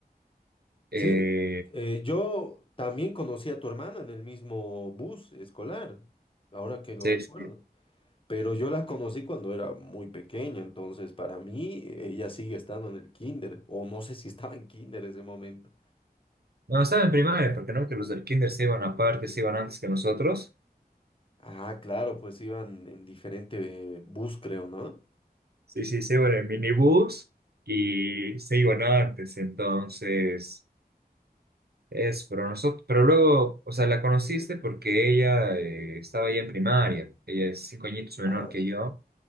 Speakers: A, on the right; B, on the left.
A: Eh,
B: Sí, eh, yo también conocí a tu hermana en el mismo bus escolar, ahora que lo
A: sí,
B: recuerdo.
A: sí.
B: Pero yo la conocí cuando era muy pequeña, entonces para mí ella sigue estando en el kinder, o no sé si estaba en kinder en ese momento.
A: No, estaba en primaria, porque no, que los del kinder se iban aparte, se iban antes que nosotros.
B: Ah, claro, pues iban en diferente eh, bus, creo, ¿no?
A: Sí, sí, se iban en minibús y se iban antes, entonces, es, pero nosotros, pero luego, o sea, la conociste porque ella eh, estaba ya en primaria, ella es cinco añitos menor
B: Ah,
A: que yo,